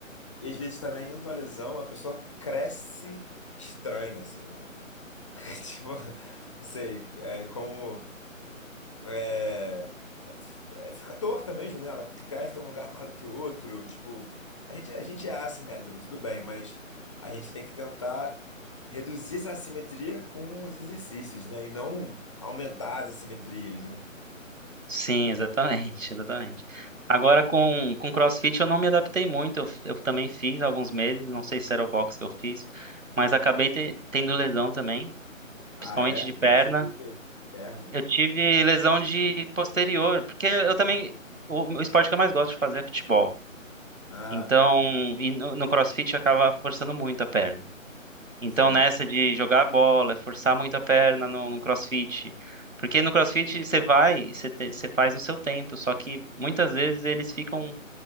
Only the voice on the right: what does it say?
Sim, exatamente, <laughs> exatamente. Agora com, com CrossFit eu não me adaptei muito, eu, f- eu também fiz alguns meses, não sei se era o box que eu fiz, mas acabei te- tendo lesão também, principalmente
de
perna.
Eu tive lesão de posterior, porque eu também, o, o esporte que eu mais gosto de fazer é futebol.
Então, e no, no CrossFit acaba forçando muito a perna. Então,
nessa de jogar a bola, forçar muito a perna no, no CrossFit. Porque no CrossFit você vai, você, te- você faz no seu tempo, só que muitas vezes eles ficam